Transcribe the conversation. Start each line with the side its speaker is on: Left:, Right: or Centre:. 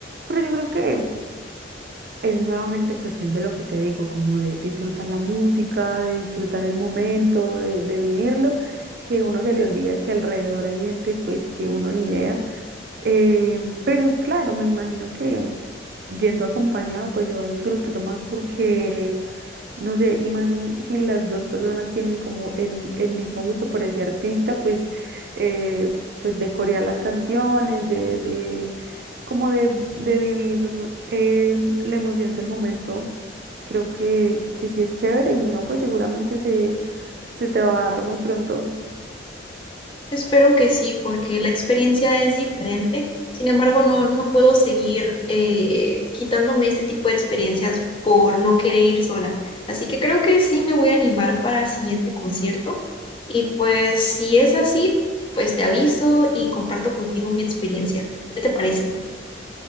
Right: Pero yo creo que es nuevamente cuestión de lo que te digo, como de disfrutar la música, de disfrutar el momento, de, de vivirlo, que uno se le olvida que alrededor hay gente pues que uno ni idea. Eh, pero claro, me imagino que yendo acompañado pues se va a disfrutar más porque no sé, y más si, si las dos personas tienen como el, el mismo gusto por ese artista, pues, eh, pues de corear las canciones, de, de como de, de vivir eh, la emoción del momento. Creo que, que sí es chévere y no, pues seguramente se, se te va a dar muy pronto.
Left: Espero que sí, porque la experiencia es diferente. Sin embargo, no, no puedo seguir eh, quitándome este tipo de experiencias por no querer ir sola. Así que creo que sí me voy a animar para el siguiente concierto. Y pues si es así, pues te aviso y comparto contigo mi experiencia. ¿Qué te parece?